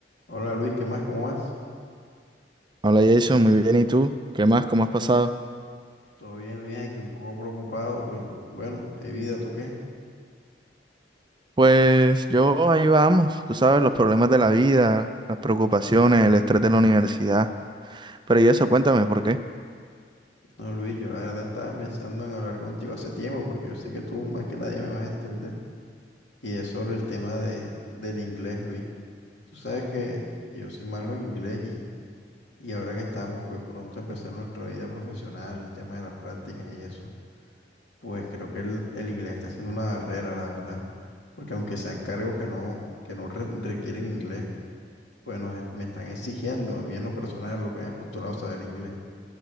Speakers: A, on the left; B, on the right.
A: Hola Luis, ¿qué más? ¿Cómo vas?
B: Hola Jason, muy bien. ¿Y tú? ¿Qué más? ¿Cómo has pasado?
A: Todo bien, Luis, aquí un poco preocupado, pero bueno, hay vida, ¿tú qué?
B: Pues yo ahí vamos, tú sabes, los problemas de la vida, las preocupaciones, el estrés de la universidad. Pero y eso, cuéntame, ¿por qué?
A: No, Luis, yo la verdad estaba pensando en hablar contigo hace tiempo, porque yo sé que tú más que nadie me vas a entender. Y es sobre el tema de, del inglés, Luis. Tú sabes que yo soy malo en inglés y, y ahora que estamos, pues pronto a empezar nuestra vida profesional, el tema de las prácticas y eso, pues creo que el, el inglés está siendo una barrera, la verdad. Porque aunque sean cargos que no, que no re- requieren inglés, Bueno, es- me están exigiendo a mí en lo personal lo que me he postulado saber inglés.